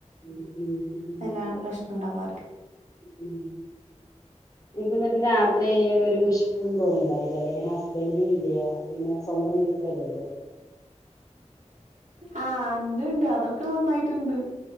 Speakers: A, on the left; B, on the right.
A: ഉം ഉം ഉം
B: അതല്ലാ പ്രശ്നം ഉണ്ടവാ
A: ഉം ഇനിപ്പ എന്നിട്ട് രാത്രിയ്യാല് ഒരു മുഷ്പം തോന്നുന്നുണ്ടാവില്ല അല്ലെ ഇങ്ങനെ ഹസ്ബൻഡും ഇല്ല പിന്നെ സ്വന്തം വീട്ടിലല്ലലോ
B: ആ എന്റെ ഉണ്ട് അതൊക്കെ നന്നായിട്ടുണ്ട്